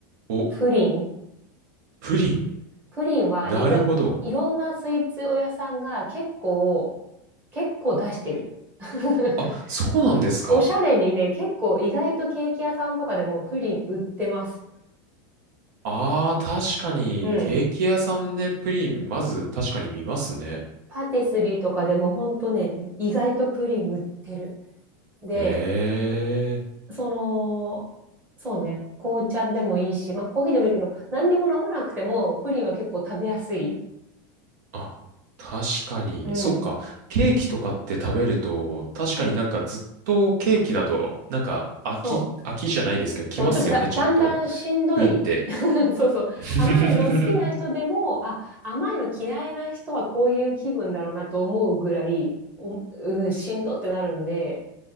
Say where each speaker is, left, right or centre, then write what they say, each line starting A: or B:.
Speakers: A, on the right; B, on the right.
A: お、
B: プリン。
A: プリン。
B: プリンは意外、
A: なるほど。
B: いろんなスイーツ屋さんが結構、結構出してる。<laughs>
A: あ、そうなんですか。
B: おしゃれにね、結構意外とケーキ屋さんとかでもプリン売ってます。
A: ああ、確かに、
B: うん。
A: ケーキ屋さんでプリン、まず確かに見ますね。
B: パティスリーとかでもほんとね、意外とプリン売ってる。で、
A: ええ。
B: その、そうね、紅茶でもいいし、まあコーヒーでもいいけど、何にも飲まなくてもプリンは結構食べやすい。
A: あ、確かに。
B: うん。
A: そっか。ケーキとかって食べると、確かになんかずっとケーキだと、なんか飽き、
B: そう。
A: 飽きじゃないですけど、来ますよね、
B: そう、ちょっとだ、
A: ちょっと。
B: だんだんしんどい。
A: うって。
B: <laughs> そうそう。
A: <laughs>
B: 甘いの好きな人でも、あ、甘いの嫌いな人はこういう気分だろうなと思うぐらい、お、うん、しんどってなるんで、